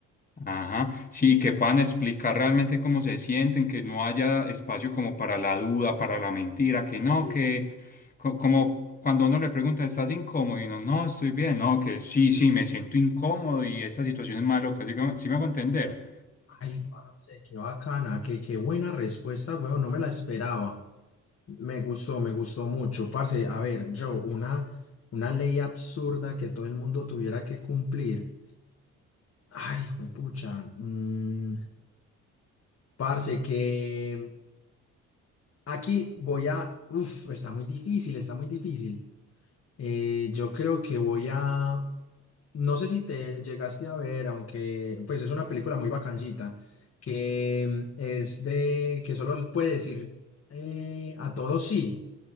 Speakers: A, on the left; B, on the left.
A: ajá, sí, que puedan explicar realmente cómo se sienten, que no haya espacio como para la duda, para la mentira, que no,
B: Sí,
A: que co- como cuando uno le pregunta, ¿estás incómodo? Y uno, no, estoy bien, no, que sí,
B: sí.
A: sí, me siento incómodo y esta situación es malo, casi como, sí me hago entender.
B: Ay, parce, qué bacana, qué, qué buena respuesta, weón. No me la esperaba. Me gustó, me gustó mucho. Parce, a ver, yo, una, una ley absurda que todo el mundo tuviera que cumplir. Ay, pucha. mm, Parce, que aquí voy a... Uf, está muy difícil, está muy difícil. Eh, yo creo que voy a... No sé si te llegaste a ver, aunque pues es una película muy bacancita, que mm, es de... que solo puede decir eh, a todos sí.